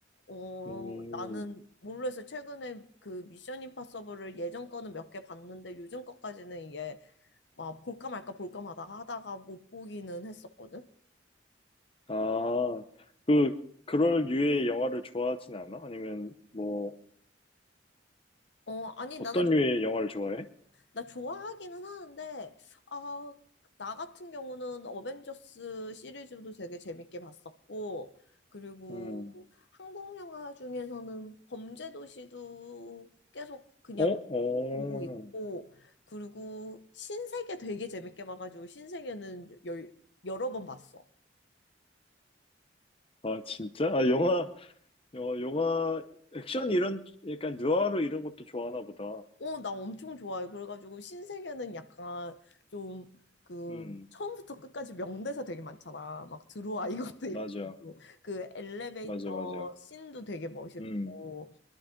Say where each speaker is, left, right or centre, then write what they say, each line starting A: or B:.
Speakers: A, on the left; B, on the left.
A: 어,
B: 음,
A: 나는 모르겠어. 최근에 그 미션 임파서블을 예전 거는 몇 개 봤는데 요즘 거까지는 이게 막 볼까 말까 볼까 마다 하다가 못 보기는 했었거든.
B: 아, 그 그럴 류의 영화를 좋아하진 않아? 아니면 뭐
A: 어, 아니
B: 어떤
A: 나는
B: 류의 영화를 좋아해?
A: 나 좋아하기는 하는데, 아, 나 같은 경우는 어벤져스 시리즈도 되게 재밌게 봤었고, 그리고
B: 음,
A: 한국 영화 중에서는 범죄도시도 계속 그냥
B: 어, 어,
A: 보고 있고, 그리고 신세계 되게 재밌게 봐가지고, 신세계는 열, 여러 번 봤어.
B: 아 진짜? 아 영화, 어, 영화 액션 이런 약간 느와르 이런 것도 좋아하나 보다.
A: 어, 나 엄청 좋아요. 그래가지고 신세계는 약간 좀 그
B: 음,
A: 처음부터 끝까지 명대사 되게 많잖아. 막 들어와 이것도 있고
B: 맞아,
A: 그 엘리베이터
B: 맞아, 맞아.
A: 씬도 되게 멋있고
B: 음,